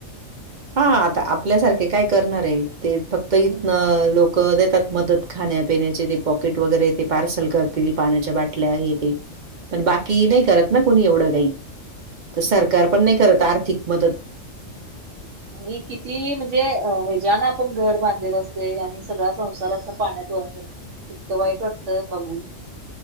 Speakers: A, on the right (about 50°); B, on the right (about 70°).
A: हां आता आपल्यासारखे काय करणार ये ते फक्त इथनं
B: हम्म
A: लोक क देतात मदत खाण्यापिण्याचे ते पॉकेट वगैरे ते पार्सल करतील पाण्याच्या बाटल्या हे ते पण बाकी नाही करत ना कोणी एवढं काही तर सरकार पण नाही करत आर्थिक मदत
B: आणि किती म्हणजे अ हेज्यान आपण घर बांधलेलं असतयं आणि सगळा संसार असा पाण्यात वाहून गेला. इतकं वाईट वाटतं बघून.